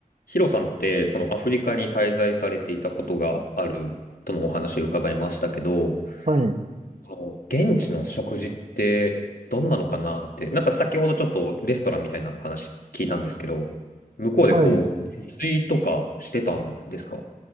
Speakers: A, on the left; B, on the right.
A: ヒロさんって、そのアフリカに滞在されていたことがあるとのお話を伺いましたけど、
B: はい、
A: この現地の食事ってどんなのかなって、なんか先ほどちょっとレストランみたいなお話聞いたんですけど、向こうでこう、
B: はい。
A: 自炊とかしてたんですか